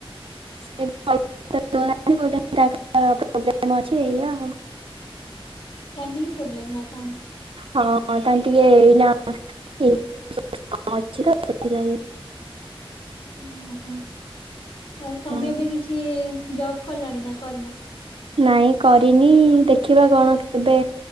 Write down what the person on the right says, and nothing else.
<unintelligible>
ହଁ ତାହେଲେ ଟିକେ ଏଇନା ଅଛି ତ ସେଁ
ହଁ
ନାଇଁ କରିନି ଦେଖିବା କଣ କେବେ